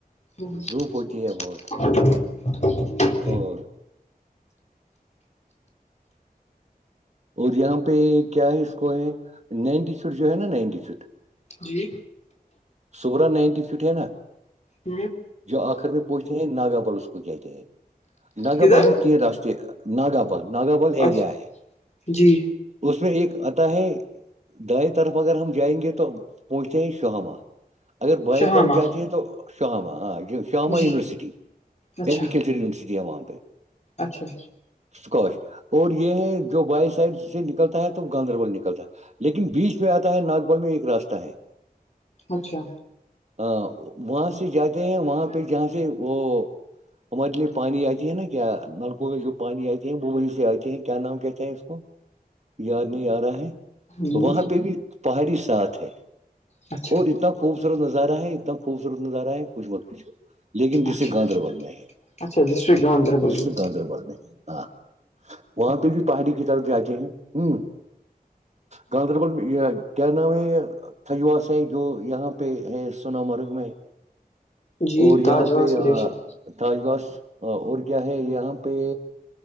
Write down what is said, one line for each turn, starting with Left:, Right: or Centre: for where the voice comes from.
Left: <unintelligible>
Right: دھوپ ہوتی ہے بہت اور اور یہاں پہ کیا ہے اس کو ہے نائنٹی سٹ جو ہے نا نائنٹی سٹ
Left: جی
Right: سورا نائنٹی فٹ ہے نا
Left: ہ
Right: جو آخر میں پہنچتے ہیں ناگا بل اس کو جاتتے ہیں ناگا
Left: کدھر
Right: بل میں تین راستے ناگا بل نگربل ایریا
Left: اچھا
Right: ہے
Left: جی
Right: اس میں ایک آتا ہے دائیں طرف اگر ہم جائیں گے تو پہنچتے ہیں شہماں اگر بائی
Left: شہامہ
Right: طرف جاتی ہے تو شاماں ہاں ج شامہ
Left: جی
Right: یونیورسٹی
Left: اچھا
Right: اگگریکلچر یونیورسٹی ہماں
Left: اچھا
Right: اسکوش اور یہ ہے جو بائی سائڈ سے نکلتا ہے تو گاندربل نکلتا ہے لیکن بیچ میں آتا ہے ناگبل میں ایک راستہ ہے
Left: اچھا
Right: ہ وہاں سے جاتے ہیں وہاں پہ جہاں سے وہ ہمارے لیے پانی آتی ہے نا کیا نلکوں میں جو پانی آتی ہے وہ وہی سے آتے ہیں کیا نام کہتے ہے اس کو یاد نہیں آ رہا ہے
Left: جی
Right: وہاں پہ بھی پہاڑی ساتھ ہے
Left: اچھا
Right: اور اتنا خوبصورت نظارہ ہے اتنا خوبصورت نظارہ ہے کچھ مت کچھ لیکن جسے
Left: اچھا
Right: گاندربل میں ہے
Left: اچھا ڈسٹرکٹ گاندربل
Right: ڈسٹرک
Left: میں
Right: گاندربل میں ہاں وہاں پہ بھی پہاڑی کی طرف جاتے ہیں ہوں گاندربل میں کیا نام تھ آ س جو یہاں پہ ہے سنا مرگ میں
Left: جی
Right: اور
Left: داجواس
Right: یہاں پہ
Left: گلیشر
Right: تاجبس اور کیا ہے یہاں پہ